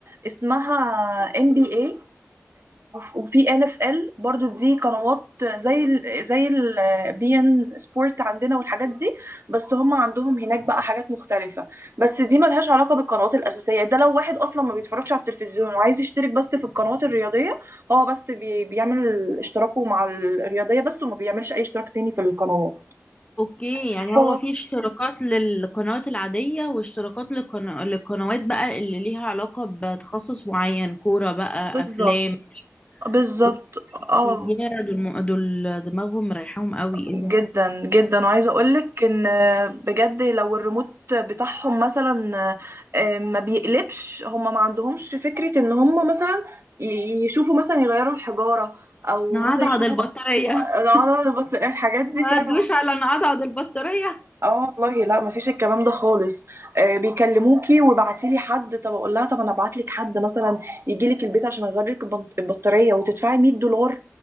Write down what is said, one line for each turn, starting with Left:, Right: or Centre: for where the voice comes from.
Right: اسمها ام بي اي وفي ان اف ال برضو دي قنوات زي ال زي البي ان سبورت عندنا والحاجات دي بس هم عندهم هناك بقى حاجات مختلفة بس دي ملهاش علاقة بالقنوات الأساسية ده لو واحد أصلا ما بيتفرجش على التلفزيون وعايز يشترك بس في القنوات الرياضية اه بس بي بيعمل اشتراكه مع الرياضية بس وما بيعملش أي اشتراك تاني في القنوات
Left: اوكي يعني
Right: ف
Left: هو في اشتراكات للقنوات العادية واشتراكات للقنا- للقنوات بقى اللي ليها علاقة بتخصص معين كورة بقى
Right: بالظبط
Left: افلام
Right: بالظبط
Left: اوكي
Right: اه
Left: يا دول دول دماغهم مريحاهم قوي ايه
Right: جدا
Left: ده
Right: جدا وعايزة أقولك إن بجد لو الريموت بتاعهم مثلا آه، ما بيقلبش هم ما عندهمش فكرة إن هم مثلا ي- يشوفوا مثلا يغيروا الحجارة أو
Left: نعضعض
Right: مثلا يشوفوا
Left: البطارية <laughs>
Right: أنا- أنا بس الحاجات دي
Left: ما
Right: فعلا
Left: ادوش على نعضعض البطارية
Right: اه والله لا مفيش الكلام ده خالص آه بيكلموكي وبعتي لي حد طب اقول لها طب انا ابعت لك حد مثلا يجي لك البيت عشان اغير لك البن- البطاريه وتدفعي 100 دولار